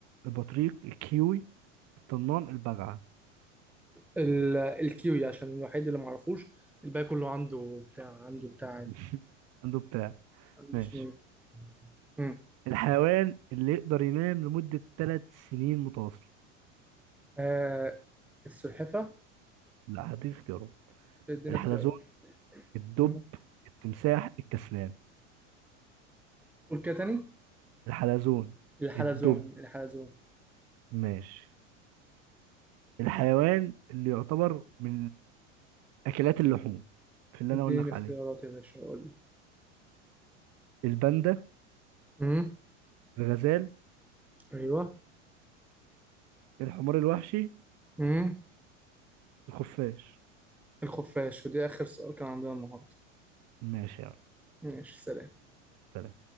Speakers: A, on the right; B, in the centre.
A: البطريق الكيوي الطنان البجعة
B: ال- الكيوي عشان الوحيد اللي ما اعرفوش الباقي كله عنده بتاع عنده بتاع عادي
A: <laughs> عنده بتاع
B: عنده
A: ماشي
B: اسمه ايه مم.
A: الحيوان اللي يقدر ينام لمدة ثلاث سنين متواصلة
B: آه السلحفة
A: لا هدي اختيارات
B: اديني
A: الحلزون
B: اختيار
A: الدب
B: مم.
A: التمساح الكسلان
B: قول كده تاني
A: الحلزون
B: الحلزون
A: الدب
B: الحلزون
A: ماشي الحيوان اللي يعتبر من أكلات اللحوم في اللي
B: اديني
A: أنا أقول لك
B: اختيارات
A: عليه
B: يا باشا اقول
A: الباندا
B: امم
A: الغزال
B: ايوه
A: الحمار الوحشي
B: امم
A: الخفاش
B: الخفاش ودي اخر سؤال كان عندنا النهارده
A: ماشي يا عم
B: ماشي سلام
A: سلام